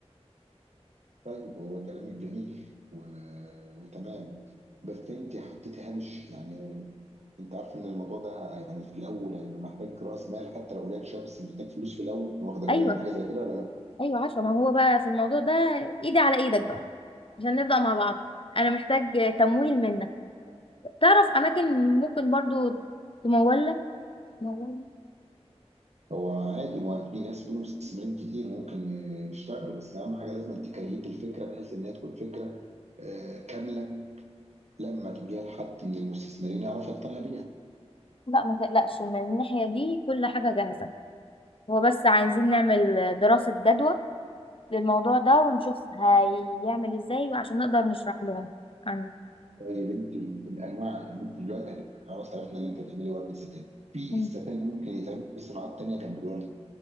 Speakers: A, on the right; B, on the left.
A: طيب هو كلامك جميل و... وتمام بس انت حطيتي هامش يعني انت عارف ان الموضوع ده يعني في الاول هيبقى محتاج راس مال حتى لو قليل شويه بس محتاج فلوس في الاول واخده بالك
B: أيوه
A: من حاجه زي كده ولا لا
B: أيوه عارفة ما هو بقى في الموضوع ده إيدي على إيدك بقى عشان نبدأ مع بعض أنا محتاج آه، تمويل منك تعرف اماكن ممكن برضو تمولة مولة
A: هو عادي ما في ناس فيهم مستثمرين كتير ممكن يشتغلوا بس اهم حاجه لازم تكريت الفكره بحيث انها تكون فكره آه، كامله لما تجيها لحد من المستثمرين يعرف يقتنع بيها.
B: لا ما تقلقش من الناحية دي كل حاجة جاهزة هو بس عايزين نعمل دراسة جدوى للموضوع ده ونشوف هيعمل ازاي عشان نقدر نشرح لهم عنه
A: طيب انت الانواع يعني انت دلوقتي هت- خلاص عرفنا ان انت تعملي ورد ستان. في
B: مم.
A: الستان ممكن يتعمل في صناعات تانية جنب الورد